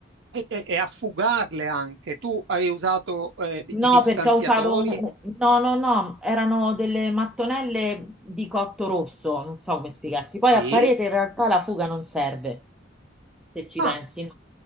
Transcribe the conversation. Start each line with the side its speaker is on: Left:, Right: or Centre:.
Right: e, e- e a fugarle anche. Tu hai usato eh,
Centre: No,
Right: i distanziatori?
Centre: perché ho usato... un- No, no, no, erano delle mattonelle di cotto rosso, non so come spiegarti. Poi
Right: Sì.
Centre: a parete in realtà la fuga non serve, se ci
Right: Ah,
Centre: pensi.